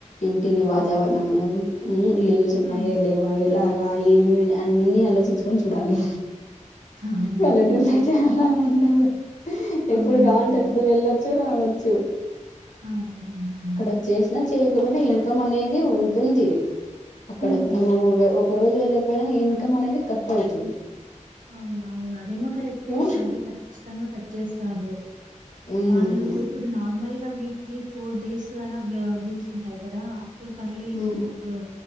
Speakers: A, on the left (about 75°); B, on the right (about 85°).
A: ఇంటిని వాతావరణము
B: అవును.
A: ఉ లీవ్స్ ఉన్నాయా
B: అవును.
A: లేవా ఎలా ఏమి అని అన్ని ఆలోచించుకొని చూడాలి
B: అవును.
A: వెలడలయితే
B: అదేమో కరెక్టే.
A: అలా ఉండదు ఎప్పుడు
B: అవునవును.
A: కావుంటే ఎప్పుడు వెళ్ళొచ్చు రావచ్చు చ్చు
B: అవును. అవును.
A: ఇక్కడ చేసిన చేయకపోయినా ఇన్కం అనేది ఉంటుంది అక్కడ
B: హ్మ్.
A: నువ్ ఒక రోజు వెళ్ళకపోయినా ఇన్కమ్ అనేది కట్ అవుతుంది
B: అవున అవును అదేమో కరెక్టే
A: ఉమ్
B: శాలరీ ఖచ్చితంగా కట్ చేస్తారు
A: ఉమ్
B: వాళ్ళు ఇప్పుడు నార్మల్ వీక్లీ ఫోర్ డేస్ అలా లీవ్స్ ఉంటాయి కదా అప్పుడు పర్లేదు
A: ఉమ్
B: అప్పుడు